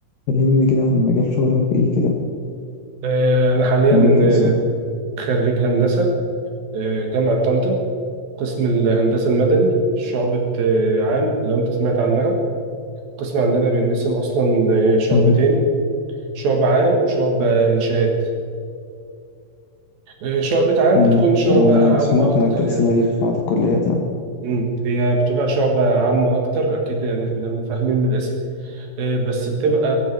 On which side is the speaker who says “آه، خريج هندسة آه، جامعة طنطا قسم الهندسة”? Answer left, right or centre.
Right